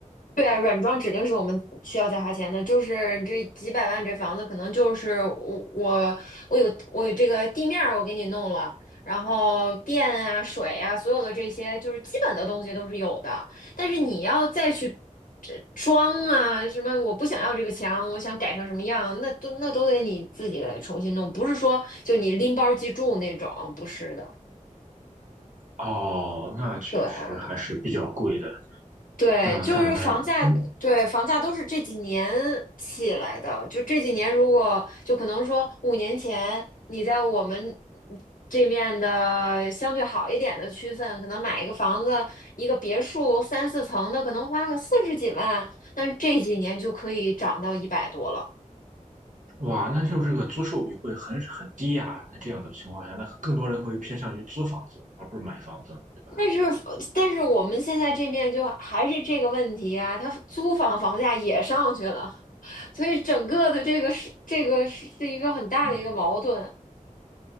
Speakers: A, on the left; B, on the right.
A: 对啊，软装指定是我们需要再花钱的，就是这几百万这房子，可能就是我我我有我有这个地面儿我给你弄了，然后电啊、水啊，所有的这些就是基本的东西都是有的，但是你要再去呃装啊什么，我不想要这个墙，我想改成什么样，那都那都得你自己重新弄，不是说就你拎包即住那种，不是的，
B: 哦，那确实还是比较贵的。
A: 对啊。对，
B: 那看来，
A: 就是房价，
B: 嗯，
A: 对，房价都是这几年起来的。就这几年，如果就可能说五年前你在我们这面的相对好一点的区份，可能买一个房子，一个别墅三四层的，可能花个四十几万，但是这几年就可以涨到一百多了。
B: 哇，那就这个租售比会很很低呀。那这样的情况下，那更多人会偏向于租房子，而不是买房子了，对吧？
A: 但是，但是我们现在这面就还是这个问题啊，它租房房价也上去了，<laughs> 所以整个的这个是这个是是一个很大的一个矛盾。
B: 嗯